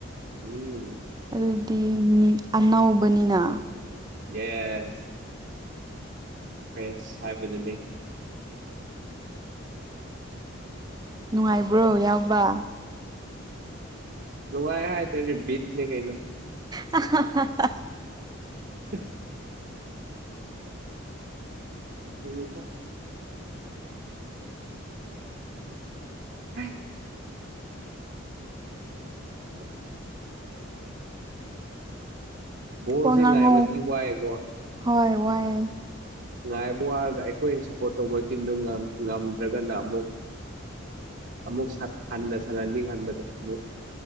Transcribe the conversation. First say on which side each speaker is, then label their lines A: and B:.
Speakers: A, on the right; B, on the right.
A: ꯎꯝ
B: ꯑꯗꯨꯗꯤ ꯃꯤ ꯑꯅꯧꯕꯅꯤꯅ
A: ꯌꯦꯁ ꯐ ꯍꯥꯏꯥꯏꯕꯗꯗꯤ
B: ꯅꯨꯡꯉꯥꯏꯕ꯭ꯔꯣ ꯌꯥꯎꯕ
A: ꯅꯨꯡꯉꯥꯏ ꯍꯥꯏ ꯇꯔꯤ ꯤꯠꯅꯦ ꯀꯩꯅ
B: ꯑ
A: ꯎ ꯍꯁ ꯑ
B: ꯎ
A: ꯣꯁꯦ
B: ꯋꯥ ꯉꯥꯡꯉꯧ
A: ꯉꯥꯏꯕꯗꯒꯤꯕꯨꯦꯀꯣ
B: ꯍꯣꯏ ꯋꯥꯏꯦ
A: ꯉꯥꯏꯕ ꯋꯥꯔꯒ ꯑꯩꯈꯣꯏꯅ ꯁꯞꯄꯣꯔꯠ ꯇꯧꯕ ꯇꯤꯝꯗꯨ ꯉꯝꯗ꯭ꯔꯒꯅ ꯑꯃꯨꯛ ꯑꯃꯨꯛ ꯍꯥꯟꯕ ꯁꯔꯥꯎꯟꯗꯤꯡ ꯍꯥꯟꯕꯗ ꯑꯃꯨꯛ